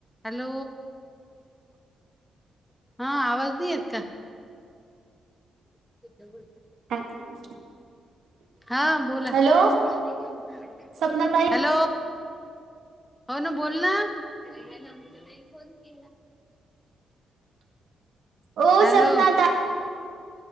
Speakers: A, in the centre; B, on the right.
A: Hello! हा आवाज नाही येत का? <unintelligible>
B: <inaudible>
A: हा बोला
B: हॅलो
A: हॅलो
B: सपना ताई
A: हो ना बोल ना फ केला.
B: ओ
A: हॅलो
B: सपना ताई